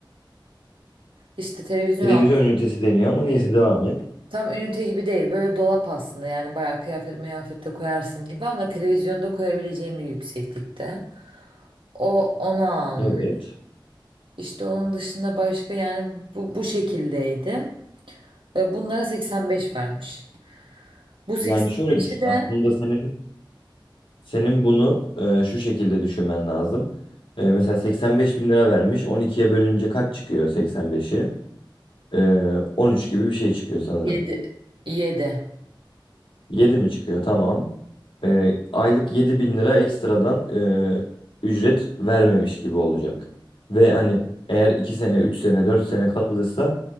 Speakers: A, on the right; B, on the left.
A: İşte televizyon
B: televizyon
A: alt
B: ünitesi deniyor ama neyse devam et.
A: tam ünite gibi değil böyle dolap aslında yani bayağı kıyafet mıyafet de koyarsın gibi ama televizyonda koyabileceğin bir yükseklikte. O onu almış.
B: Evet.
A: İşte onun dışında başka yani bu, bu şekildeydi. E, bunlara 85 vermiş. Bu 85'i
B: Yani şöyle düşün.
A: de
B: Aslında senin senin bunu e, şu şekilde düşünmen lazım. E, mesela 85 bin lira vermiş. 12'ye bölünce kaç çıkıyor 85'i? E, 13 gibi bir şey çıkıyor sanırım.
A: 7. 7.
B: 7 mi çıkıyor? Tamam. e, aylık 7 bin lira ekstradan e, ücret vermemiş gibi olacak. Ve hani eğer 2 sene, 3 sene, 4 sene kalırsa